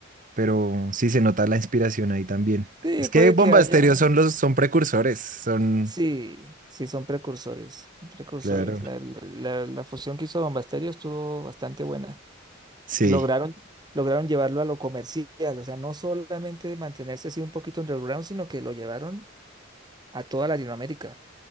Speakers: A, on the right; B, on the right.
A: pero sí se nota la inspiración ahí también.
B: Sí,
A: Es
B: puede
A: que Bomba
B: que haya.
A: Estéreo son los, son precursores, son,
B: Sí, sí, son precursores, precursores.
A: claro,
B: La, la- la- la fusión que hizo Bombastereo estuvo bastante buena.
A: sí,
B: Lograron, lograron llevarlo a lo comercial, o sea, no solamente mantenerse así un poquito underground, sino que lo llevaron a toda Latinoamérica.